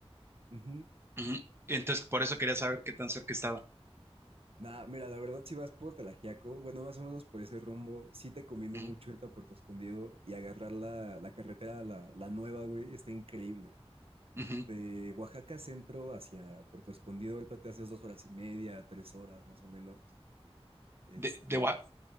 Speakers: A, on the right (about 65°); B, on the right (about 25°).
A: ujú.
B: Ujú. Entonces, por eso quería saber qué tan cerca estaba.
A: Nada, mira, la verdad, si vas por Tlajiaco, bueno, más o menos por ese rumbo, sí te conviene
B: Ujú,
A: mucho irte a Puerto Escondido y agarrar la, la carretera, la, la nueva, güey, está increíble.
B: ujú.
A: De Oaxaca Centro hacia Puerto Escondido, ahorita te haces dos horas y media, tres horas más o menos. Este,
B: De, de Oa-